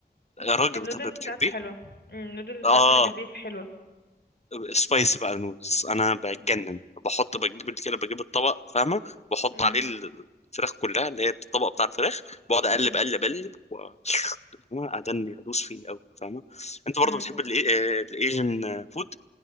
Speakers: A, on the left; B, on the left.
A: راجل
B: النودلز
A: بت- بتحبيه
B: بتاعته حلوه مم، النودلز بتاعته
A: اه
B: اللي بالبيف حلوه
A: سبايسي بقى نودلز انا بتجنن بحط بجيب كده بجيب الطبق فاهمه بحط
B: امم
A: عليه الفراخ كلها اللي هي الطبق بتاع الفراخ بقعد اقلب
B: امم
A: اقلب اقلب و... فاهمة؟ ادني ادوس فيه قوي فاهمه انت برضه
B: امم
A: بتحب الايجن فود